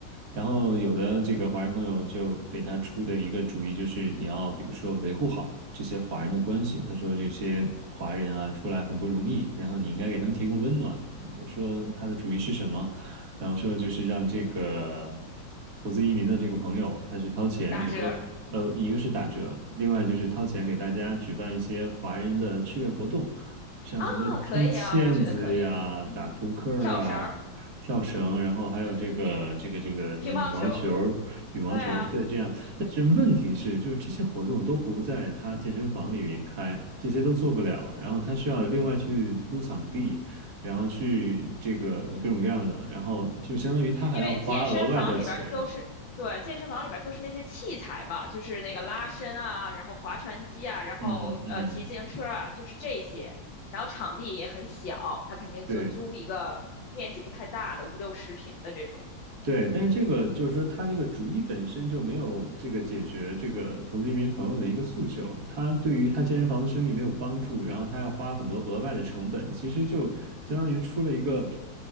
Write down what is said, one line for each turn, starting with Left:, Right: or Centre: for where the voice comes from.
Right: 然后有的这个华人朋友就给他出的一个主意就是你要比如说维护好这些华人的关系。他说这些华人啊出来很不容易，然后你应该给他们提供温暖。我说他的主意是什么？然后说就是让这个投资移民的这个朋友他去掏钱，
Left: 打折
Right: 比如说呃一个是打折，另外就是掏钱给大家举办一些华人的趣味活动，像什么踢毽子呀、
Left: 啊，可以啊，我觉得可以。嗯，
Right: 打扑克啊。
Left: 跳绳儿，
Right: 跳绳，然后还有这个这个这个什么羽毛球儿，
Left: 嗯，乒乓球，
Right: 羽毛球儿，
Left: 对啊，
Right: 对，这样。
Left: 嗯。
Right: 但是问题是，就是这些活动都不在他健身房里边开，这些都做不了。然后他需要另外去租场地，然后去这个各种各样的，然后就相当于他还要花额外的钱。
Left: 因为健身房里边儿都是，对，健身房里边儿都是那些器材嘛，就是那个拉伸啊，然后划船机啊，然后呃骑自行车啊，
Right: 嗯嗯，
Left: 就是这些。然后场地也很小，他肯定就租一个面积不太大的五六十平的这种，
Right: 对。对，但是这个就是说，他这个主意本身就没有这个解决这个投资移民朋友的一个诉求，他对于他健身房的生意没有帮助，然后他要花很多额外的成本，其实就相当于出了一个